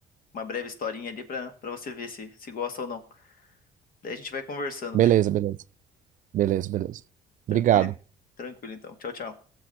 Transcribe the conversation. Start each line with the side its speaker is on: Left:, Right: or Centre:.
Left: uma breve historinha ali pra, pra você ver se, se gosta ou não. Daí a gente vai conversando
Right: beleza,
Left: daí.
Right: beleza, beleza, beleza.
Left: Tranquilo,
Right: Obrigado.
Left: tranquilo então. Tchau, tchau.